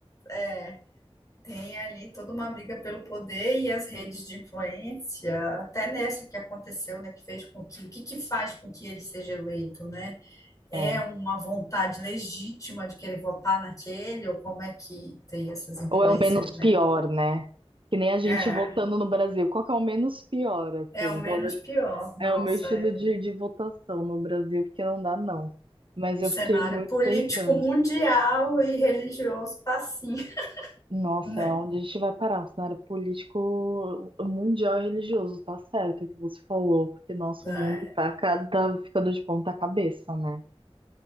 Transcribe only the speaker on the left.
é, têm ali toda uma briga pelo poder e as redes de influência, até nessa que aconteceu, né? Que fez com que, o que que faz com que ele seja eleito, né? é
uma vontade legítima de querer votar naquele, ou como é que tem essas influências,
né?
É,
é o menos
pior. Nossa,
é.
O
cenário
político
mundial e religioso tá assim, <laughs>
né?
É,